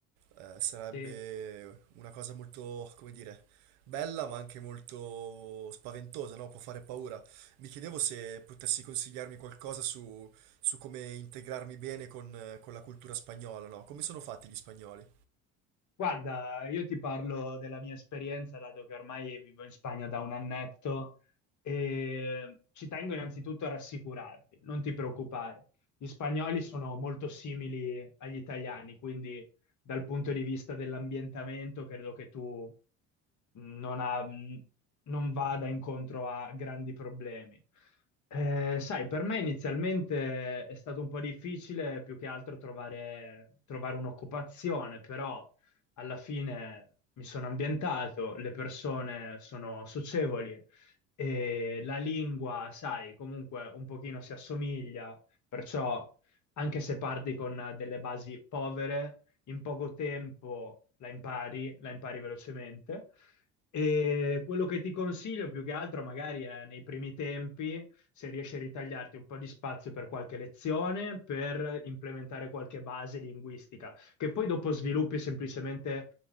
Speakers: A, on the right; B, on the left.
A: Eh, sarebbe
B: Sì.
A: una cosa molto, come dire, bella ma anche molto spaventosa, no? Può fare paura. Mi chiedevo se potessi consigliarmi qualcosa su, su come integrarmi bene con, eh, con la cultura spagnola, no? Come sono fatti gli spagnoli?
B: Guarda, io ti parlo della mia esperienza, dato che ormai vivo in Spagna da un annetto, e ci tengo innanzitutto a rassicurarti, non ti preoccupare. Gli spagnoli sono molto simili agli italiani, quindi dal punto di vista dell'ambientamento credo che tu non, ha- non vada incontro a grandi problemi. Eh, sai, per me inizialmente è stato un po' difficile più che altro trovare, trovare un'occupazione, però alla fine mi sono ambientato, le persone sono socievoli e la lingua, sai, comunque un pochino si assomiglia, perciò anche se parti con delle basi povere, in poco tempo la impari, la impari velocemente. E quello che ti consiglio più che altro magari è nei primi tempi, se riesci a ritagliarti un po' di spazio per qualche lezione, per implementare qualche base linguistica che poi dopo sviluppi semplicemente